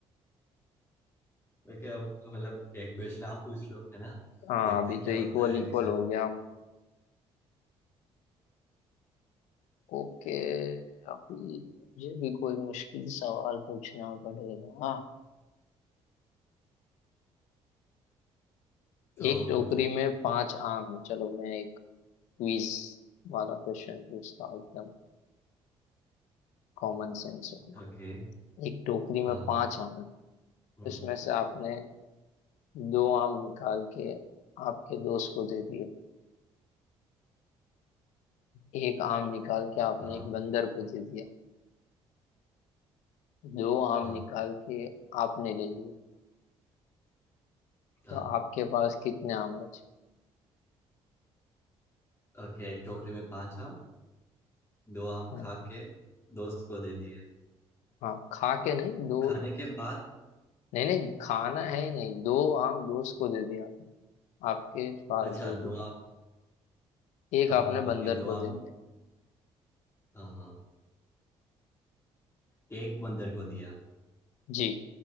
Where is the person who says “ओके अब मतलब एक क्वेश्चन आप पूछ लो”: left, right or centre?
Left